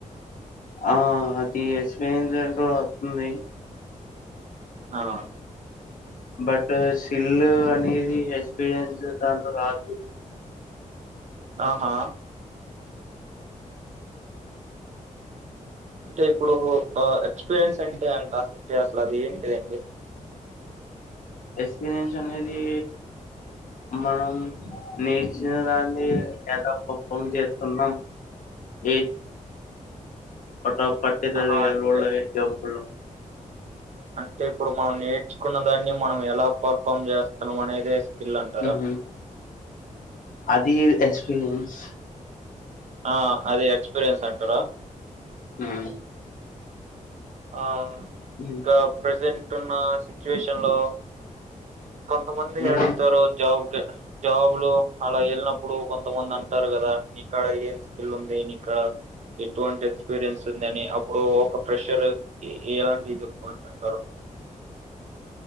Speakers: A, on the left; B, on the right.
A: ఆ అద్ ది ఎక్స్పీరియన్స్ ఏంటో వత్తుంది
B: <unintelligible>
A: బట్ సిల్ అనేది ఎక్స్బీరియన్స్ దాంట్లో రాదు
B: ఆహా అంటే ఇప్పుడు ఆ ఎక్స్పీరియన్స్ అన్ <unintelligible> అసలు అది ఏంటిది
A: ఎక్స్పీరియన్షన్ అనేది మనం మ్ నేచర్ అందీ గెటప్ ఉప్పం చేస్తున్నాం. ఏం పఠం పట్టే దాదియాల్
B: ఆహా అంటే
A: రోల్డ్ <unintelligible>
B: అంటే ఇప్పుడు మనం నేర్చుకున్న దాన్ని మనం ఎలా పర్ఫామ్ చేస్తున్నాం. అనేదేస్ స్కిల్ అంటారా?
A: మ్మ్. అది ఎక్స్పిరియెన్స్
B: ఆ అది ఎక్స్పీరియన్స్ అంటారా?
A: హ్మ్
B: ఆ
A: మ్మ్.
B: ఇంకా ప్రజెంట్ ఇప్పుడున్న సిచువేషన్ లో కొంతమంది
A: మ్మ్.
B: అడుగుతారు. జాబ్ కి జాబ్ లో అలా వెళ్ళినప్పు ఇప్పుడు కొంతమంది అంటారు కదా నీకాడ ఏం స్కిల్ ఉంది. నీకడా ఎటువంటి ఎక్స్పీరియన్స్ ఉంది. అని అప్పుడు ఒక ఫ్రెషర్ ఏ ఎలాంటివి చెప్పుకోవచ్చు అంటారు.